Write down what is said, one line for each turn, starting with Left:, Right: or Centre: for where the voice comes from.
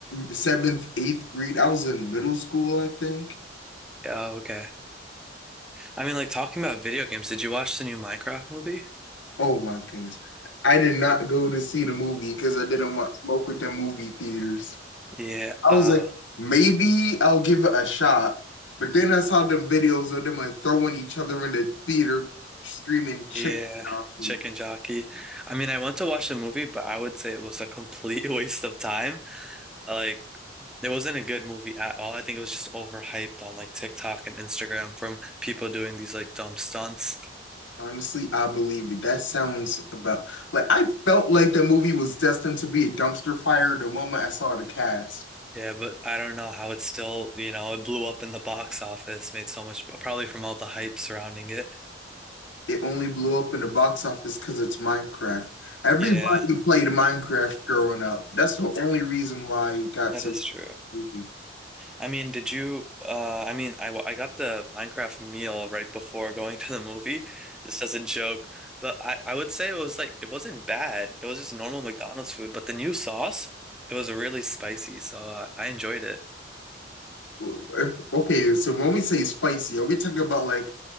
Left: seventh, eighth grade. I was in middle school, I think.
Centre: Yeah, okay. I mean, like talking about video games, did you watch the new Minecraft movie?
Left: Oh my goodness. I did not go to see the movie because I didn't want smoke with the movie theaters.
Centre: Yeah,
Left: I
Centre: uh,
Left: was like, maybe I'll give it a shot. But then I saw them videos of them like throwing each other in the theater, screaming chicken
Centre: yeah,
Left: jockey.
Centre: Chicken Jockey. I mean, I went to watch the movie, but I would say it was a complete <laughs> waste of time. Like, it wasn't a good movie at all. I think it was just overhyped on like TikTok and Instagram from people doing these like dumb stunts.
Left: Honestly, I believe it. That sounds about like I felt like that movie was destined to be a dumpster fire the moment I saw the cast.
Centre: Yeah, but I don't know how it still, you know, it blew up in the box office, made so much, probably from all the hype surrounding it.
Left: It only blew up in the box office because it's Minecraft. Everybody
Centre: Yeah,
Left: played Minecraft growing up. That's the only reason why it got
Centre: that
Left: so
Centre: is true.
Left: movie.
Centre: I mean, did you? Uh, I mean, I, I got the Minecraft meal right before going to the movie, just as a joke. But I, I would say it was like it wasn't bad. It was just normal McDonald's food. But the new sauce, it was really spicy, so uh, I enjoyed it.
Left: If- Okay, so when we say spicy, are we talking about like